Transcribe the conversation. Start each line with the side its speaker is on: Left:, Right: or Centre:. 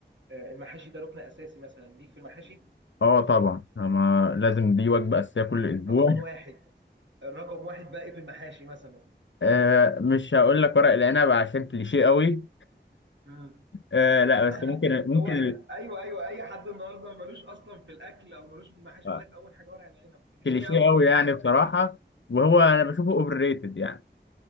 Right: آه، المحاشي ده ركن أساسي مثلا ليك في المحاشي
Left: اه طبعا ما لازم دي وجبة اساسية كل اسبوع
Right: رقم واحد رقم واحد بقى إيه في المحاشي مثلا
Left: آه مش هقول لك ورق العنب عشان كليشيه قوي
Right: مم.
Left: آه لا
Right: <laughs>
Left: بس ممكن ممكن
Right: هو أيوه أيوه أي حد النهاردة ملوش أصلا في الأكل أو ملوش في المحاشي
Left: آه،
Right: يقول لك أول حاجة ورق العنب كليشيه
Left: كليشيه
Right: أوي
Left: قوي
Right: الموضوع
Left: يعني
Right: <laughs>
Left: بصراحه وهو انا بشوفه اوفر ريتد يعني